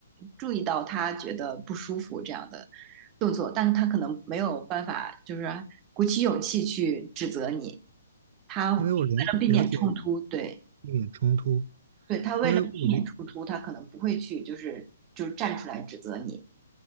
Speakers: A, on the right; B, on the right.
A: 注意到他觉得不舒服这样的。动作，但他可能没有办法，就是鼓起勇气去指责你。他为
B: 因为我了了解
A: 了避免冲突，对
B: 避免冲突，
A: 对，他为了避免冲突，
B: 因为我了
A: 他可能不会去就是就是站出来指责你。